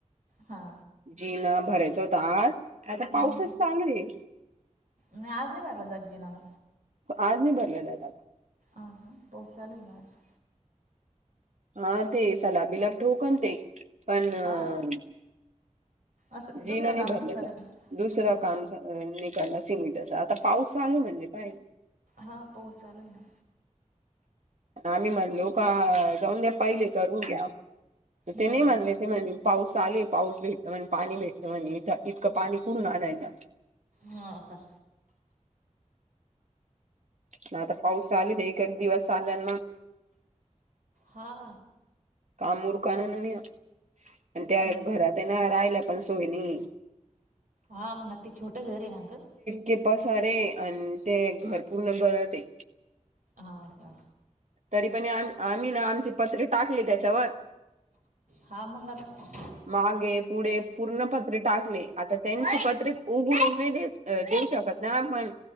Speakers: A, on the right (about 85°); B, on the right (about 65°).
A: हा.
B: जीना भरायचं होत आज आता
A: हम्म
B: पाऊसच चालूये.
A: नाही आज नाही बारला जात जिना म.
B: आज नाही भरले जाता.
A: आ हा पोउस चालूय ना आज.
B: हा ते सलाप-बिलाब ठोकण ते पण
A: हा
B: अं
A: असं
B: जीना
A: दुसरं काम
B: नी भरले
A: नाही करत
B: जात
A: ना
B: दुसरं
A: हा
B: काम चा निकलला सिमेंटचा आता पाऊस चालू म्हणजे काय?
A: हा पाऊस चालू आहे ना.
B: आम्ही म्हणलो का जाऊन द्या पाहिले करून घ्या ते
A: हा
B: नाही मानले
A: हा
B: ते म्हणे पाऊस आलेय पाऊस भेटतं म्हण पाणी भेटतं म्हण इथं इतकं पाणी कुडून आणायचा?
A: हा का?
B: ना आता पाऊस चालू ना एक एक दिवस चालल्यानं
A: हा.
B: कमुरकानाने नी आणि त्या घरात
A: बर.
B: आहे ना राहिला पण सोयनीये
A: हा मग आ ते छोटं घर आहे ना गं.
B: केपा सारे अन ते घर पूर्ण गरात आहे.
A: हा का?
B: तरी पणी आम आम्ही ना आमची पत्रे टाकली त्याच्यावर.
A: हा मंग आता काय?
B: मागे पुढे पूर्ण पत्री टाकले आता त्यांची पत्री उघडू नाही दे देऊ शकत नाही आपण